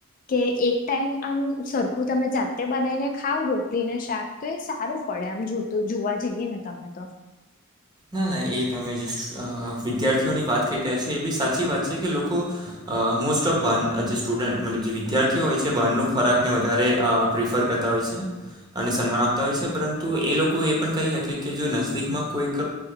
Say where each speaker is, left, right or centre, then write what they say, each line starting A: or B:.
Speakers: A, on the left; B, on the right.
A: કે એક ટાઈમ આમ સરખું તમે જાતે બનાવીને ખાવ રોટલી ને શાક તો એ સારું પડે આમ જોતું જોવા જઈએ ને તમે તો
B: ના ના એ તમે જે વિદ્યાર્થીઓની વાત કરી રહ્યા છો એ બી સાચી વાત છે કે લોકો મોસ્ટ ઓફ જે સ્ટુડન્ટ મતલબ જે વિદ્યાર્થીઓ હોય છે બહારનું ખોરાકને વધારે પ્રિફર કરતા હોય છે અને સન્માન આપતા હોય છે પરંતુ એ લોકો એ પણ કરી શકે કે જો નજદીકમાં કોઈક